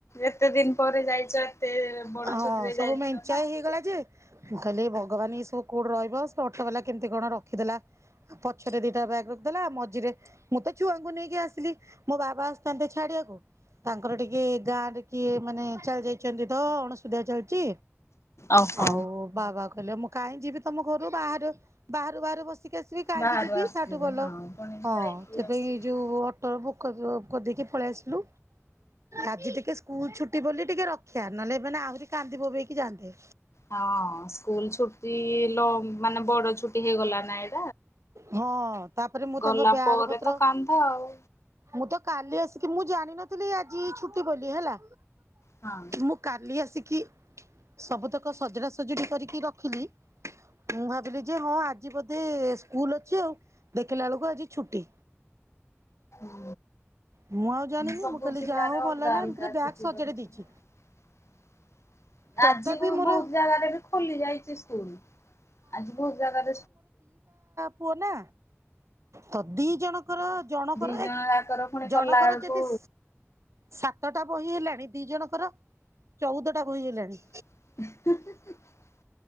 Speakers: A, on the left; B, on the right.
A: ଏତେ ଦିନ ପରେ ଯାଇଛ ଏତେ ବଡ
B: ହଁ
A: ଛୁଟିରେ
B: ସବୁ
A: ଯାଇଥିଲ
B: ମେଞ୍ଚାଏ
A: ନା।
B: ହେଇଗଲା ଯେ ମୁଁ ଖାଲି ଭଗବାନ ଏଇ ସବୁ କୋଉଠୁ ରହିବ ସେ ଅଟୋ ବାଲା କେମିତି କଣ ରଖିଦେଲା। ପଛ ରେ ଦିଟା ବ୍ୟାଗ ରଖିଦେଲା ମଝିରେ ମୁଁ ତ ଛୁଆଙ୍କୁ ନେଇକି ଆସିଲି ମୋ ବାବା ଆସିଥାନ୍ତେ ଛାଡିବାକୁ ତାଙ୍କର ଟିକେ ଗାଁ ରେ କିଏ ମାନେ ଚାଲି ଯାଇଛନ୍ତି ତ ହସ୍ପିଟାଲ ଚା ଚି
A: ଓହୋ
B: ଆଉ ବାବା କ କହିଲେ ମୁଁ କାହିଁ ଯିବି ତମ ଘରୁ ବାହାରୁ ବାହରୁ ବାହାରୁ ବସି ବସିକି ଆସିବି କାହିଁକି
A: ବାହାରୁ
B: ଯିବି
A: ଆସିଥିବେ
B: ତାଠୁ ଭଲ
A: ହଁ ପୁଣି
B: ହଁ
A: ଯାଇକି
B: ସେଥିପାଇ
A: ଅସୁବିଧା।
B: ଏଁ ଯୋଉ ଅଟୋ ବୁକ କରି କରିଦେକି ପଳେଇ ଆସିଲୁ ଆଜି ଟିକେ ସ୍କୁଲ ଛୁଟି ବୋଲି ଟିକେ ରକ୍ଷା ନହେଲେ ମାନେ ଆହୁରି କାନ୍ଦି ବୋବେଇକି ଯାଆନ୍ତେ।
A: ହଁ ସ୍କୁଲ ଛୁଟି ଲ ମାନେ ବଡ ଛୁ ହେଇଗଲା ନାଇଁ
B: ହଁ ତାପରେ ମୁଁ
A: ଗଲା
B: ତାଙ୍କ ବ୍ୟାଗ
A: ପରେ
B: ପତ୍ର
A: ତ କାନ୍ଦ ଆଉ।
B: ମୁଁ ତ କାଲି ଆସି କି ମୁଁ ଜାଣିନଥିଲି ଆଜି ଛୁଟି ବୋଲି ହେଲା।
A: ହଁ
B: ମୁଁ କାଲି ଆସି କି ସବୁତକ ସଜଡା ସଜଡ଼ି କରିକି ରଖିଲି ମୁଁ ଭାବିଲି ଯେ ହଁ ଆଜି ବୋଧେ ସ୍କୁଲ ଅଛି ଆଉ ଦେଖିଲା ବେଳକୁ ଆଜି ଛୁଟି।
A: ହ
B: ମୁଁ ଆଉ ଜାଣିନି
A: ସବୁ
B: ମୁଁ କହିଲି
A: ଜିଲ୍ାରେ
B: ଯାହା ହଉ ଭଲ
A: ଅଲଗା
B: ହେଲା
A: ଅଲଗାଛୁ
B: ଏମିତିରେ ବ୍ୟାଗ୍ ସଜାଡି
A: ରହି
B: ଦେଇଛି।
A: ନା
B: ତଥାପି
A: ଆଜି ବହୁତ
B: ମୋର
A: ଜାଗାରେ ବି ଖୋଲି ଯାଇଛି ସ୍ ଆଜି ବହୁତ ଜାଗ
B: ପ ନା ତ ଦି ଜଣଙ୍କର ଜଣକର
A: ଦି ଜଣ
B: ଏ
A: ଯାକର ପୁଣି
B: ଜଣକର
A: କଲା ବେଳକୁ
B: ଯଦିାତ ସତଟା ବହି ହେଲାଣି ଦି ଜଣଙ୍କର ଚଉଦଟା ବହି ହେଲାଣି।
A: <inaudible>